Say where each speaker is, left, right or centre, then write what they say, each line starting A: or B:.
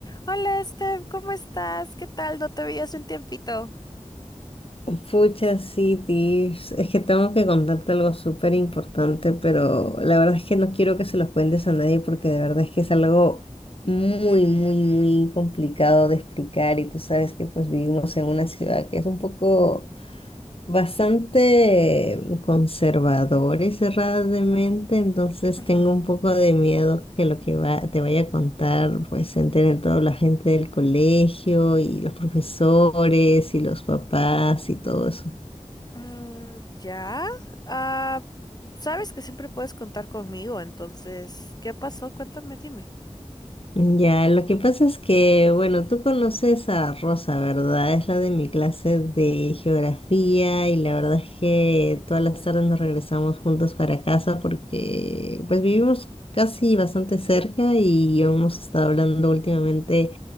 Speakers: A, on the left (about 35°); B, on the left (about 50°).
A: Hola, Steph, ¿cómo estás? ¿Qué tal? No te veía hace un tiempito.
B: Fucha sí, Tips. Es que tengo que contarte algo súper importante, pero la verdad es que no quiero que se los cuentes a nadie porque de verdad es que es algo muy, muy, muy complicado de explicar y tú sabes que pues vivimos en una ciudad que es un poco bastante conservadora y cerrada de mente, entonces
A: Ujú.
B: tengo un poco de miedo que lo que va- te vaya a contar pues se entere toda la gente del colegio y los profesores y los papás y todo eso.
A: Mm, ya. Ah, sabes que siempre puedes contar conmigo, entonces, ¿qué pasó? Cuéntame, dime.
B: Ya, lo que pasa es que, bueno, tú conoces a Rosa, ¿verdad? Es la de mi clase de geografía y la verdad es que todas las tardes nos regresamos juntos para casa porque pues vivimos casi bastante cerca y hemos
A: Mm.
B: estado hablando últimamente